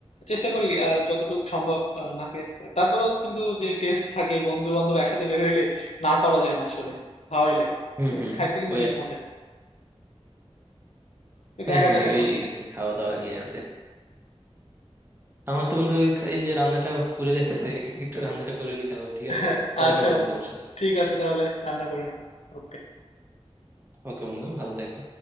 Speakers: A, on the left; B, on the right.
A: চেষ্টা করি আহ, যতটুকু সম্ভব আহ, না খেয়ে থাকার তারপরেও কিন্তু যে টেস্ট থাকে বন্ধু বান্ধব একসাথে বের হইলে না করা যায় না আসলে খাওয়াই লাগে
B: হুম
A: তো
B: হুম
A: খাইতে কিন্তু
B: ওই
A: বেশ
B: আর
A: মজা
B: কি
A: তো
B: হ্যাঁ
A: দেখা
B: হ্যাঁ
A: যাক এখন
B: ওই আর কি খাওয়া দাওয়া নিয়ে আছে আমার তো বন্ধু এই যে রান্নাটা পুড়ে যাইতেছে একটু রান্নাটা করে নিতে হবে ঠিক
A: <laughs>
B: আছে পরে
A: আচ্ছা
B: কথা হবে
A: বন্ধু
B: তোমার সাথে
A: ঠিক আছে তাহলে রান্না করে নাও ওকে
B: ওকে বন্ধু ভালো থেকো